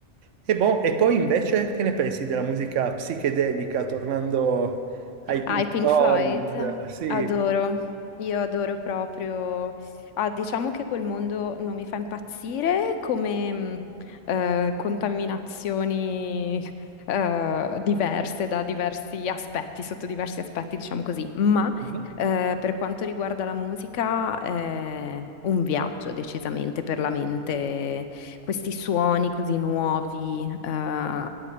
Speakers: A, on the right; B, on the left.
A: E, boh, e poi invece che ne pensi della musica psichedelica, tornando ai
B: Ah,
A: Pink
B: i Pink
A: Floyd?
B: Floyd,
A: Sì,
B: adoro, io adoro proprio. Ah, diciamo che quel mondo non mi fa impazzire come mh, eh, contaminazioni <laughs> eh, diverse da diversi aspetti, sotto diversi aspetti, diciamo così, ma
A: Mhm.
B: eh, per quanto riguarda la musica è un viaggio decisamente per la mente questi suoni così nuovi, eh,